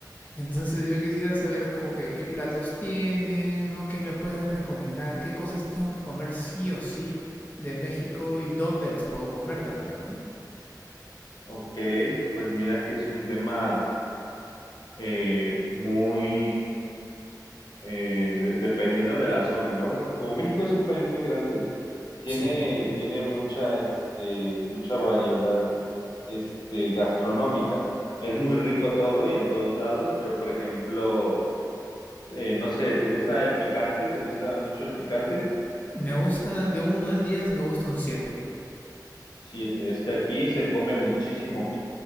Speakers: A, on the left; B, on the left.
A: Entonces yo quisiera saber como que qué platos tienen, ¿no? ¿Qué me puedes recomendar? ¿Qué cosas tengo que comer sí o sí de México y dónde las puedo comer también, ¿no?
B: Ok, pues mira que es un tema eh, muy eh, de- dependiendo de la zona, ¿no? Porque como México es un país muy grande, tiene,
A: Sí.
B: tiene mucha, este, mucha variedad, este, gastronómica. Es muy rico todo y en todos lados, pero por ejemplo, eh, no sé, ¿te gusta el picante? ¿Te gusta mucho el picante?
A: Me gusta, de uno al diez me gusta un siete.
B: Sí, te- es que aquí se come muchísimo